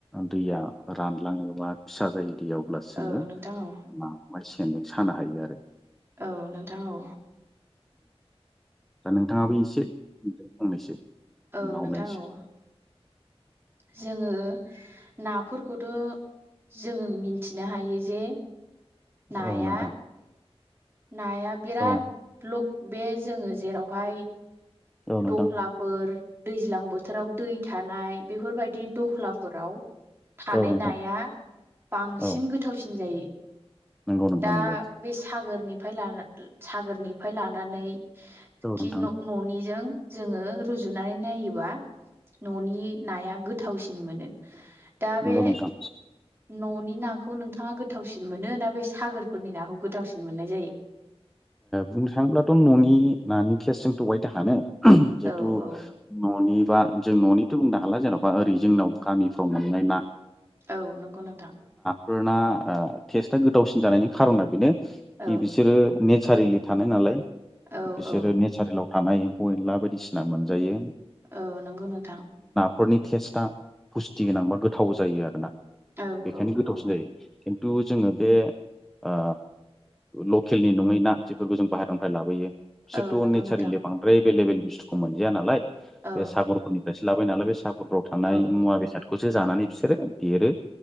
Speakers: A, in the centre; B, on the right.
A: दैया रानलाङोबा फिसा जायो दै अब्लासो
B: औ
A: जोङो
B: नोंथां औ
A: ना माने सेनजों सानो हायो आरो।
B: औ नोंथां औ।
A: दा नोंथाङाबो इसे होनदो फंनैसो
B: औ
A: ना
B: नोंथां
A: हमनायनि
B: औ जोङो नाफोरखौथ' जोङो मिथिनो हायो जे
A: सायाव
B: नाया
A: औ नोंथां
B: नाया बिराद
A: औ
B: ब्लक बे जोङो जेरावहाय
A: औ नोंथां
B: दख्लाफोर दैज्लां बोथोराव दै थानाय बेफोरबायदि दख्लाफोराव थानाय
A: औ नोंथां
B: नाया बांसिन
A: औ
B: गोथावसिन जायो।
A: नंगौ नोंथां
B: दा
A: नंगौ
B: बे सागोरनिफ्राय लानान सागोरनिफ्राय लानानै
A: औ
B: कि
A: नोंथां
B: न न'निजों जोङो रुजुनानै नायोबा न'नि नाया गोथावसिन मोनो। दा
A: नंगौ
B: बे
A: नोंथां
B: न'नि नाखौ नोंथाङा गोथावसिन मोनो ना बे सागोरफोरनि नाखौ गोथावसिन मोननाय जायो?
A: बुंनो थाङोब्लाथ' न'नि नानि थेस्टजों अहायथो हानो जितु
B: औ औ
A: ननि बा जों न'निथ' बुंनो हाला जेन'बा ओरै जोंनाव गामिफ्राव मोननाय ना
B: औ नंगौ नोंथां।
A: फोरना टेस्टा गोदावसिन जानायनि खारना बेनो कि
B: औ
A: बिसोरो नेचारेलि थानाय नालाय
B: औ
A: बिसोरो
B: औ
A: नेचारेलाव थानाय एम्फौ एनला बायदिसिना मोनजायो
B: औ नंगौ नोंथां।
A: नखरनि टेस्टआ पुस्टि गोनांबा गोथाव जायो आरोना
B: औ
A: बेखायनो
B: औ
A: गोथावसिन
B: औ
A: जायो। खिन्थु जोङो बे ओ लकेलनि नङै ना जेफोरखौ जों बाहेरनिफ्राय लाबोयो बिसोरथ'
B: औ नंगौ
A: नेचारेलि
B: नोंथां
A: बांद्राय एभेलेबेल बुस्थुखौ मोनजाया नालाय बे
B: औ
A: सागरफोरनिफ्रायसो लाबोयो नालाय बे सागरफोराव थानाय
B: औ
A: मुवा बेसादखौसो जानानै बिसोरो देरो।